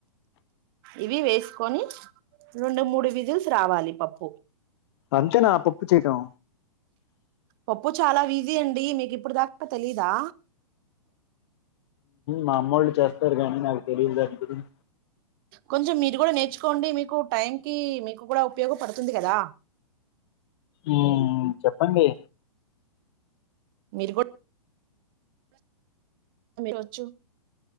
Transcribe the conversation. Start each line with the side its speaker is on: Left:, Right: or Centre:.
Right: ఇవి వేసుకొని రెండు మూడు వెస్సెల్ రావాలి పప్పు
Left: అంతేనా పప్పు చేయటం
Right: పప్పు చాలా విజి అండి మీకు ఇప్పుడు దాకా తెలీదా
Left: మామోలు చేస్తారు గానీ నాకు తెలీదు దాని గురించి
Right: కొంచెం మీరు కూడా నేర్చుకోండి మీకు టైం కి మీకు కూడా ఉపయోగపడుతుంది కదా
Left: ఆ చెప్పండి
Right: మీరు కూడా వచ్చు